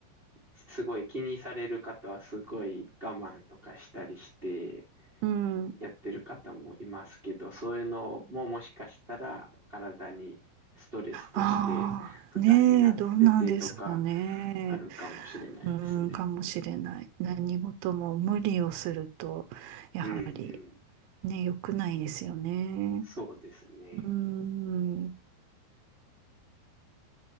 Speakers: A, on the right; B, on the right.
A: すごい気にされる方はすごい我慢とかしたりして
B: うん。
A: やってる方もいますけど、そういうのももしかしたら体にストレスとして負担になっててとか
B: ああ、ねえ、どうなんですかね。
A: あるかもしれないですね。
B: うん、かもしれない。何事も無理をすると、やはり
A: うんうん。
B: ね、良くないですよね。
A: そうですね。
B: うん、